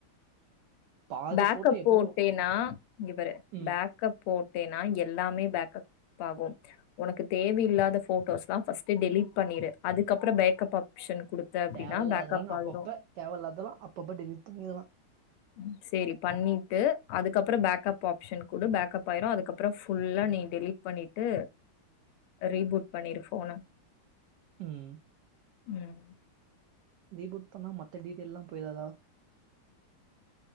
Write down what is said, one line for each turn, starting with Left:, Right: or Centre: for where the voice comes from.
Right: பாதி
Left: பேக்கப்
Right: ஃபோட்டோ எப்பயோ
Left: போட்டேன்னா இவர்ரு
Right: ம்.
Left: பேக்கப் போட்டேன்னா எல்லாமே பேக்கப் ஆகும் உனக்கு தேவையில்லாத போட்டோஸ்ல்லாம்ஸ் டெலிடட் பண்ணிடு அதுக்கப்புறம் பேக்கப் ஆப்ஷன் குடுத்த அப்படின்னா
Right: தேவ இல்லாததல்லாங்
Left: பேக்கப்
Right: அப்பப்ப
Left: ஆயிரும்.
Right: தேவ இல்லாததெல்லா அப்பப்ப டெலிட் பண்ணிரலா
Left: ம் சேரி பண்ணிட்டு அதுக்கப்புற பேக்கப் ஆப்ஷன் குடு பேக்கப் ஆயிரு அதுக்கப்புறோ ஃபுல்லா நீ டெலீட் பண்ணிட்டு ரீபூட் பண்ணிரு ஃபோன
Right: ம்.
Left: ம்
Right: ரீபூட் பண்ணா மத்த டீட்டைல்லா போய்ராதா?